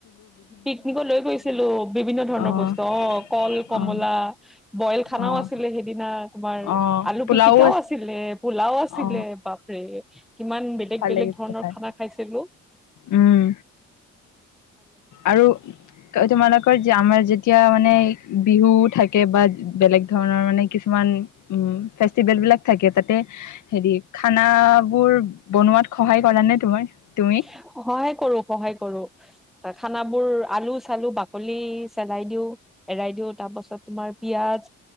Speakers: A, in the centre; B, on the left (about 75°).
A: পিকনিকত লৈ গৈছিলোঁ বিভিন্ন ধৰণৰ
B: অ'
A: বস্তু, অ', কল, কমলা,
B: অ'
A: বইল খানাও
B: অ'
A: আছিলে, সেইদিনা তোমাৰ
B: অ
A: আলু
B: পোলাও
A: পিটিকাও আছিলে, পোলাও আছিলে,
B: অ
A: বাপৰে কিমান বেলেগ,
B: ভাল
A: বেলেগ
B: লাগিছিলে
A: ধৰণৰ
B: খাই
A: খানা খাইছিলোঁ।
B: উম আৰু তোমালোকৰ যে, আমাৰ যেতিয়া মানে বিহু থাকে বা বেলেগ ধৰণৰ মানে কিছুমান উম, ফেষ্টিভেল বিলাক থাকে তাতে হেৰি খানাবোৰ বনোৱাত সহায় কৰা নে তোমাৰ? তুমি
A: সহায় কৰোঁ, সহায় কৰোঁ খানা বোৰ আলু চালো বাকলি চেলাই দিওঁ, এৰাই দিওঁ তাৰপাছত তোমাৰ পিঁয়াজ